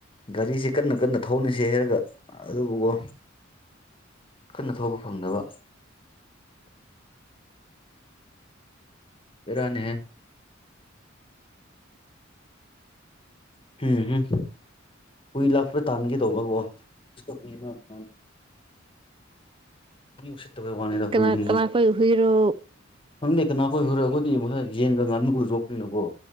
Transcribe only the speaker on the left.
ꯒꯥꯔꯤꯁꯦ ꯀꯟꯅ ꯀꯟꯅ ꯊꯧꯅꯁꯦ ꯍꯥꯏꯔꯒ ꯑꯗꯨꯕꯨꯒꯣ ꯀꯟꯅ ꯊꯧꯕ ꯐꯪꯗꯕ ꯕꯦꯔꯥꯅꯦꯍꯦ <unintelligible> ꯍꯨꯏ ꯂꯥꯛꯄꯥ ꯇꯥꯟꯒꯦ ꯇꯧꯕꯀꯣ ꯁꯤꯗꯥ ꯍꯨꯏ ꯑꯃ <inaudible> ꯃꯤ ꯎꯁꯤꯠꯇꯕꯩ ꯋꯥꯅꯤꯗ
ꯍꯨꯏꯖꯤꯡꯁꯦ
ꯈꯪꯗꯦ ꯀꯅꯥ ꯈꯣꯏ ꯍꯨꯏꯔꯥ ꯑꯈꯣꯏꯗꯤ <unintelligible> ꯌꯦꯟꯒꯥ ꯉꯥꯅꯨ ꯖꯣꯛꯄꯅꯤꯅꯀꯣ